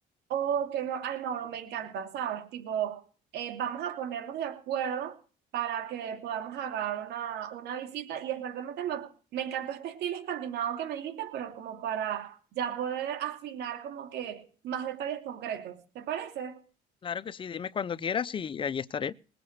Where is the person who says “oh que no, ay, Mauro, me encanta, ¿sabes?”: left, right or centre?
Right